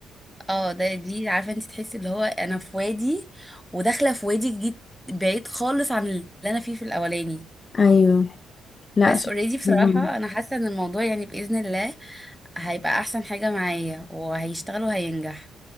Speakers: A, in the centre; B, on the left.
A: اه ده دي عارفه انت تحسي اللي هو انا في وادي وداخله في وادي جديد بعيد خالص عن اللي انا فيه في الاولاني
B: ايوه لا
A: بس
B: ش-
A: اوريدي بصراحه
B: برافو.
A: انا حاسه ان الموضوع يعني باذن الله هيبقى احسن حاجه معايا وهيشتغل وهينجح